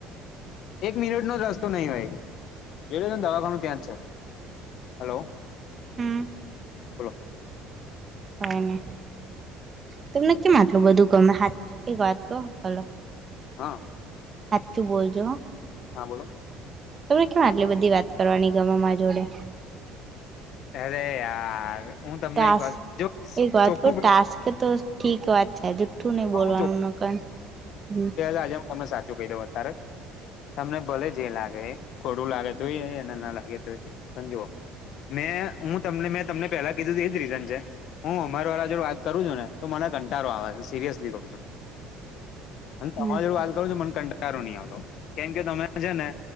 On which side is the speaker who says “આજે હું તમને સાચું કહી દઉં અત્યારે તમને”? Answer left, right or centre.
Left